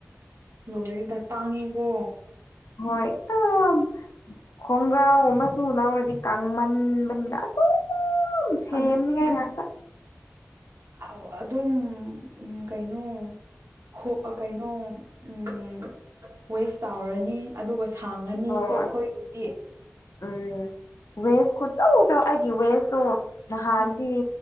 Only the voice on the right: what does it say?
ꯂꯣꯏꯔꯦꯗ ꯇꯥꯡꯉꯤꯀꯣ
ꯑꯗꯨꯗꯤ
ꯑꯧ ꯑꯗꯨꯝ ꯀꯩꯅꯣ ꯍꯣ ꯀꯩꯅꯣ ꯎꯝ ꯋꯦꯁ ꯆꯥꯎꯔꯅꯤ ꯑꯗꯨꯒ ꯁꯥꯡꯉꯅꯤꯀꯣ
ꯑꯩꯈꯣꯏꯒꯤꯗꯤ
ꯎꯝ